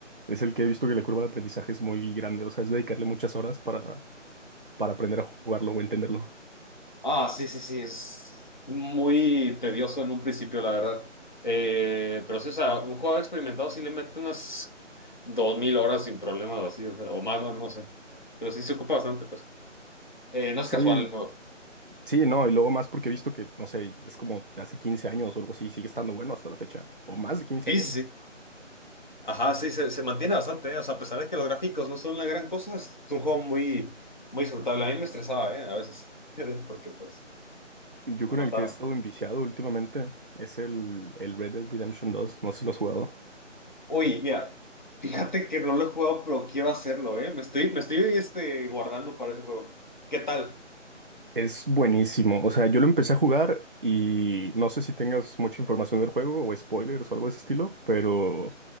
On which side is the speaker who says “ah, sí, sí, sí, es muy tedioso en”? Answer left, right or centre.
Left